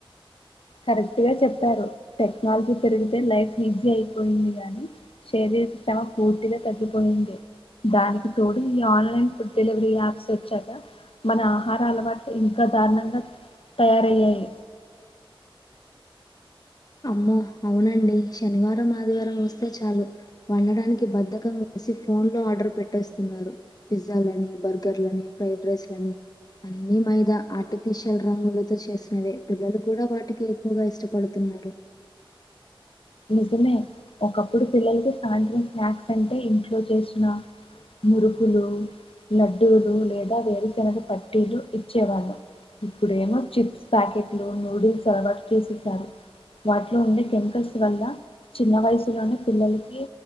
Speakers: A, on the left; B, on the left.
A: కరెక్ట్ గా చెప్పారు. టెక్నాలజీ పెరిగితే లైఫ్ ఈజీ అయిపోయింది గాని, శరీర శ్రమ పూర్తిగా తగ్గిపోయింది. దానికి తోడు ఈ ఆన్లైన్ ఫుడ్ డెలివరీ యాప్స్ వచ్చాకా. మన ఆహార అలవాట్లు ఇంకా దారుణంగా తయారయ్యాయి.
B: అమ్మో అవునండి శనివారం, ఆదివారం వస్తే చాలు. వండడానికి బద్దకం వేసి. ఫోన్ లో ఆర్డర్ పెట్టేస్తున్నారు. పిజ్జాలని బర్గర్ లని ఫ్రైడ్ రైస్ లని. అన్ని మైదా ఆర్టిఫిషియల్ రంగులతో చేసినవే. పిల్లలు కూడా వాటికే ఎక్కువగా ఇష్టపడుతున్నారు.
A: నిజమే ఒకప్పుడు పిల్లలకి సాయంత్రం. స్నాక్స్ అంటే, ఇంట్లో చేసిన మురుకులు. లడ్డులు లేదా వేరుశనగ పట్టీలు ఇచ్చేవాళ్ళం. ఇప్పుడేమో చిప్స్ ప్యాకెట్లు నూడుల్స్ అలవాటు చేసేసారు. వాటిలో ఉండే కెమికల్స్. వల్ల చిన్న వయసులోనే పిల్లలకి